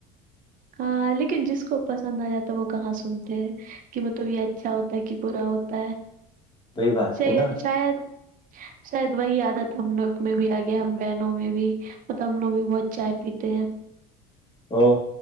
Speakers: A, on the right; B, on the left.
A: ہاں لیکن جس کو پسند آ جاتا ہے وہ کہاں سنتے ہیں کہ مطلب یہ اچھا ہوتا ہے کہ برا ہوتا
B: وہی بات
A: ش
B: ہے نا
A: شاید شاید وہی عادت ہم لوگ میں بھی آ گیا ہم بہنوں میں بھی وہ تم نے بھی بہت چائے پیتے ہیں
B: او